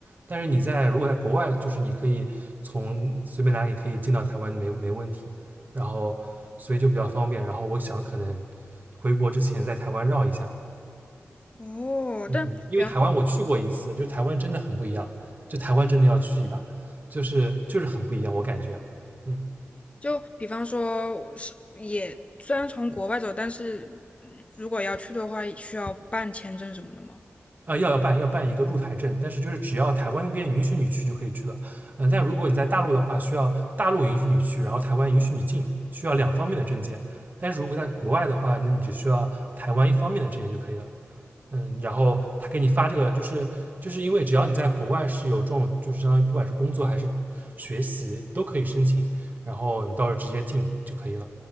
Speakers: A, on the right (about 40°); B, on the left (about 25°).
A: 但是你在如果在国外，就是你可以从随便哪里可以进到台湾，没没问题，然后所以就比较方便，然后我想可能回国之前在台湾绕一下，
B: 哦，
A: 嗯，
B: 但比方
A: 因为台湾我去过一次，就是台湾真的很不一样，就台湾真的要去一把，就是就是很不一样，我感觉，嗯，
B: 就比方说是也虽然从国外走，但是如果要去的话，需要办签证什么的吗？
A: 啊、要要办要办一个入台证，但是就是只要台湾那边允许你去就可以去了，嗯、但如果你在大陆的话，需要大陆允许你去，然后台湾允许你进，需要两方面的证件，但是如果在国外的话，那你只需要台湾一方面的证件就可以了，嗯，然后他给你发这个，就是就是因为只要你在国外是有这种，就是相当于不管是工作还是学习都可以申请，然后你到时候直接进就可以了，